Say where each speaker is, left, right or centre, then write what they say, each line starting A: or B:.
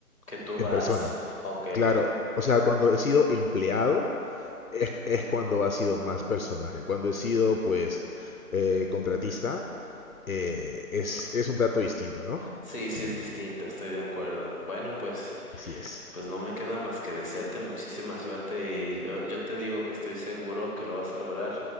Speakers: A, on the left; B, on the left.
A: Que tú
B: en
A: vas.
B: persona.
A: Ok.
B: Claro, o sea, cuando he sido empleado es, es cuando ha sido más personal. Cuando he sido pues eh, contratista eh, es, es un trato distinto, ¿no?
A: Sí, sí es distinto, estoy de acuerdo. Bueno, pues,
B: Así es.
A: pues no me queda más que desearte muchísima suerte y yo, yo te digo que estoy seguro que lo vas a lograr,